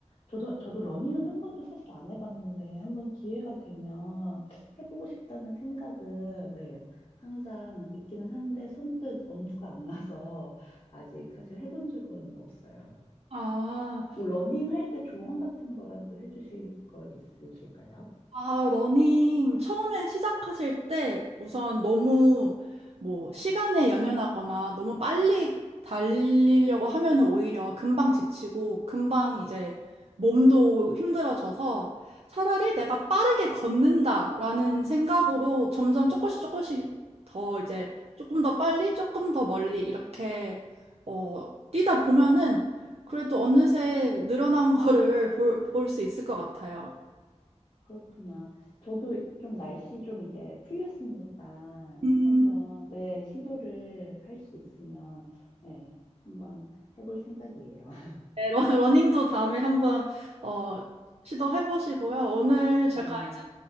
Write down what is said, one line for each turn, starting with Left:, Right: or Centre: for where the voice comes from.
Left: 저도, 저도 러닝은 한 번도 사실 안 해봤는데, 한 번 기회가 되면 해보고 싶다는 생각은, 예, 항상 있기는 한데, 선뜻 엄두가 안 나서 아직 사실 해본 적은 없어요.
Right: 아.
Left: 뭐, 러닝 할 때 조언 같은 거라도 해주실 거 있으실까요?
Right: 아, 러닝 처음에 시작하실 때 우선 너무 뭐 시간에 연연하거나 너무 빨리 달리려고 하면은 오히려 금방 지치고 금방 이제 몸도 힘들어져서 차라리 내가 빠르게 걷는다라는 생각으로 점점 조금씩 조금씩 더 이제 조금 더 빨리 조금 더 멀리 이렇게 어, 뛰다 보면은 그래도 어느새 늘어난 거를 볼, 볼 수 있을 것 같아요.
Left: 그렇구나. 저도 좀 날씨 좀 이제 풀렸으니까
Right: 음.
Left: 한번 네, 시도를 할 수 있으면 네, 한번 해볼 생각이에요. <laughs>
Right: 네, 러- <laughs> 러닝도 다음에 한번 어, 시도해 보시고요. 오늘 제가
Left: 네.
Right: 이제